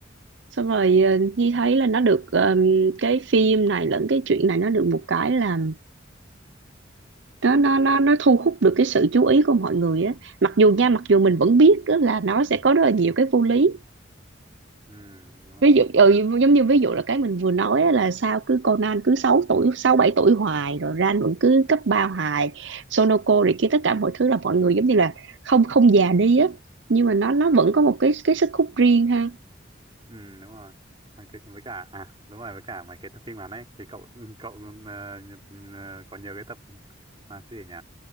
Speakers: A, on the right; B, on the right.
A: xong rồi ờ, Nhi thấy là nó được ờm, cái phim này lẫn cái chuyện này nó được một cái là nó nó nó nó thu hút được cái sự chú ý của mọi người á mặc dù nha mặc dù mình vẫn biết á là nó sẽ có rất là nhiều cái vô lý
B: Ừ, đúng rồi.
A: ví dụ ừ, giống như ví dụ là cái mình vừa nói á, là sao cứ Conan cứ sáu tuổi sáu bảy tuổi hoài rồi Ran vẫn cứ cấp 3 hoài Sonoko rồi kia tất cả mọi thứ là mọi người giống như là không không già đi á nhưng mà nó nó vẫn có một cái cái sức hút riêng ha
B: Ừ, đúng rồi. À, cái, với cả à đúng rồi với cả mấy cái tập phim ngắn ấy thì cậu <laughs> cậu ừm, ờ, ừ, ờ, có nhiều cái tập mà cái gì nhỉ?